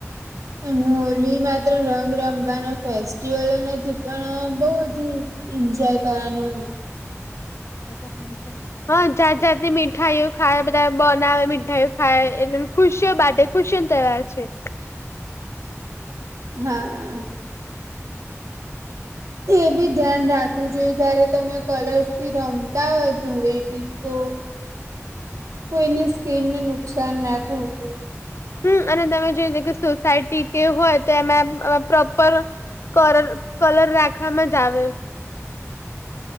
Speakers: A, on the right; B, on the left.
A: અને હોલી માં રંગ રમવાનો ફેસ્ટિવલ નથી પણ બહ એન્જોય કરવાનું
B: તો હા જાત જાતે મીઠાઈઓ ખાય બધા બનાવે મીઠાઈઓ ખાય એટલે ખુશીઓ બાટે ખુશન તહેય છે
A: હા એ બી ધ્યાન રાખે હું જોઈ જયારે તમે કલર્સ થી રમતા હોય ધૂળેટી તો કોઈની સ્કીનને નુકસાન ના થ હોતી
B: હમ અને તમે જોઈ કે સોસાયટી કે હોય તો એમાં પ્રોપર ર કલર રાખવામાં જ આવે